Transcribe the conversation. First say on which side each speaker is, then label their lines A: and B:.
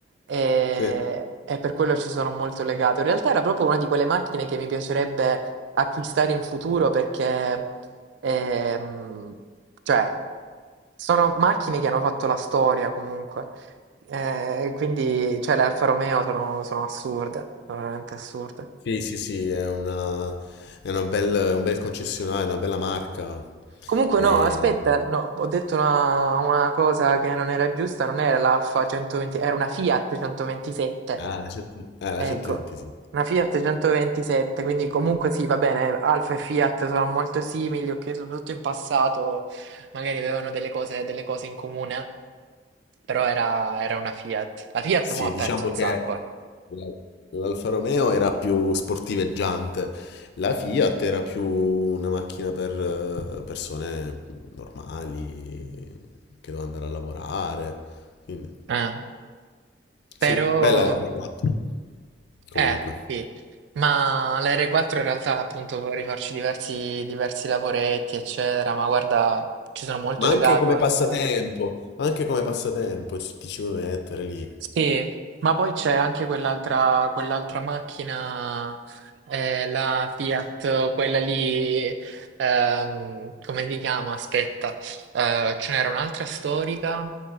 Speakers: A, on the right (about 70°); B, on the left (about 65°).
A: e,
B: Sì.
A: e per quello ci sono molto legato. In realtà era proprio una di quelle macchine che mi piacerebbe acquistare in futuro perché Ehm, cioè, sono macchine che hanno fatto la storia comunque. Eh, quindi, cioè, le Alfa Romeo sono, sono assurde, sono veramente assurde.
B: Sì, sì, sì, è una, è una bel, è un bel concessionario, una bella marca.
A: Comunque,
B: E-
A: no, aspetta, no, ho detto una, una cosa che non era giusta, non era l'Alfa 120, era una Fiat 127.
B: ah, la 100 ah, la
A: Ecco,
B: 126.
A: una Fiat 127, quindi comunque sì, va bene, eh, Alfa e Fiat sono molto simili, ok, soprattutto in passato magari avevano delle cose, delle cose in comune. Però era, era una Fiat. La Fiat
B: Sì,
A: mo' ha
B: diciamo
A: perso un
B: che
A: sacco, eh.
B: la- l'Alfa Romeo era più sportiveggiante, la Fiat era più una macchina per eh, persone normali che devono andare a lavorare. Quindi,
A: Eh, però,
B: sì, bella la 4 comunque.
A: eh, sì. Ma la R4 in realtà appunto può rifarci diversi, diversi lavoretti, eccetera, ma guarda, ci sono molto
B: Ma
A: legato
B: anche come
A: anche
B: passatempo,
A: a quello.
B: ma anche come passatempo ci- ti ci vuoi mettere lì.
A: Sì, ma poi c'è anche quell'altra quell'altra macchina, eh, la Fiat, quella lì, ehm, come si chiama? Aspetta, eh, ce n'era un'altra storica